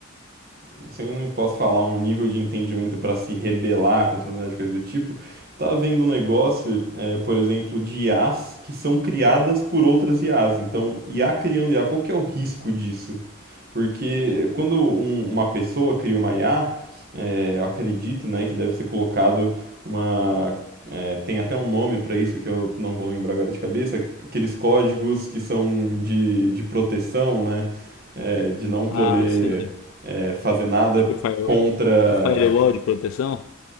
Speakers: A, on the right; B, on the left.
A: não sei, não posso falar um nível de entendimento para se rebelar contra a humanidade, coisa do tipo, tá havendo um negócio, é, por exemplo, de I as que são criadas por outras I as Então, IA criando IA, qual que é o risco disso? Porque quando um- uma pessoa cria uma IA, é, eu acredito, né, que deve ser colocado uma é, tem até um nome para isso que eu não vou lembrar agora de cabeça, aqueles códigos que são de, de proteção, né? é, de não poder
B: Ah, sim.
A: é, fazer nada
B: Pro fire-
A: contra.
B: pro firewall de proteção?